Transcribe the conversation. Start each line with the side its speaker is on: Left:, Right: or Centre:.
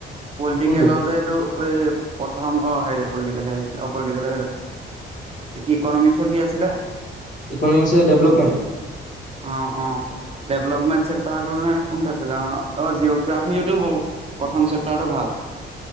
Right: পলিটিকেলৰ
Left: কোনটো
Right: যে এইটো এই প্ৰথম অ' হেৰি পলিটিকেল হৰি অ পলিটিকেল হেটো। ইকনমিক্সত কি আছিলে?
Left: ইকনমিক্সৰ ডেভেলপমেন্ট
Right: অ', অ', ডেভলপমেণ্ট চ <unintelligible> কোনটো আছিল অ', জিঅগ্ৰাফিটো প্ৰথম চেপ্তাৰটো ভাল